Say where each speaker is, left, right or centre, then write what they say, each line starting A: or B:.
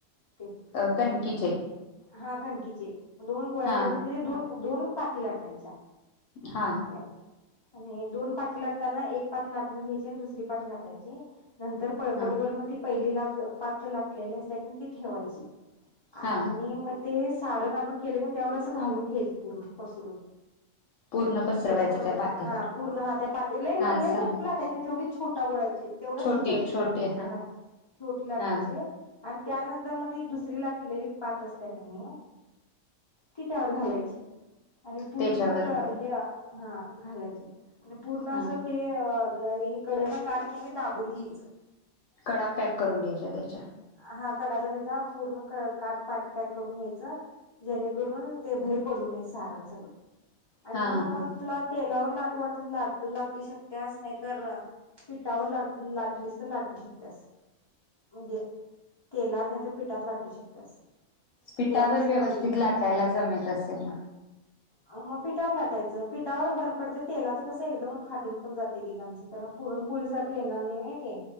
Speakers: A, on the left; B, on the left.
A: ते
B: अ कणकीचे.
A: हा, कणकीचे. दोन गोळ्या
B: हा
A: करायचे आणि त्याच्या दोन, दोन पाती लाटायच्या.
B: हा.
A: तर आणि दोन पाती लाटताना, एक पात लाटून घ्यायची आणि दुसरी पात लाटायची. नंतर पळपटभर
B: हा
A: मग ती पहिली ला पात लाटलेली असते ती ठेवायची.
B: हा
A: आणि मग ते सारण आपण केले, म्ह त्यावर असं घालून घ्यायचं पूर्ण पसरून.
B: पूर्ण पसरवायचं
A: ते समजलं,
B: त्या पातीवर
A: हा. पूर्ण हा, त्या पात लय म
B: हा
A: लय
B: समज
A: मोठी लाटायची नाही. तेवढी छोटा गोळायची, तेवढंच
B: छोटी
A: हे करायचे
B: छोटी
A: लाटायचे. हा छोटी लाटायची
B: हा
A: आणि त्यानंतर मग, ती दुसरी लाटलेली पात असत्या कणी ती त्यावर घालायची. आणि पूर्ण
B: त्याच्यावर
A: का हे हा घालायचे आणि पूर्ण
B: हा
A: असं ते हे कडनं काट कनी दाबून घ्यायचं.
B: कडा पॅक करून घ्यायच्या त्याच्या.
A: हा कडाचा त्याचा पूर्ण क काठ पात पॅक करून घ्यायचं जेणेकरून ते बाहेर पडू नये सारण सगळं आणि
B: हा
A: म
B: हा
A: मग तुला तेलावर लाटू वाटलं, लाट लाटू शकतेयस. नाही तर पिठावर लाटून लाटलीस, तर लाटू शकतेस. म्हणजे तेलात नाही तर पिठात लाटू शकत्यास.
B: पीठावर
A: तुला कसं
B: व्यवस्थित,
A: पाहिजे तसं
B: लाटायला जमत असेल ना.
A: मग पिठावर लाटायचं. पिठावर बरं पडतंय, तेलाचं कसं एकदम फाटून- पण जाते एकएकांचं. कारण पुरणपोळी सारखं येणार नाही न ते